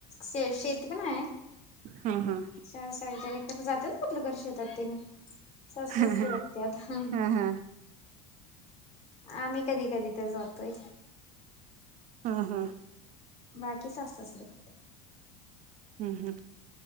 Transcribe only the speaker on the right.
हा हा
हा
हा हा
हम्म हम्म.
हम्म हम्म.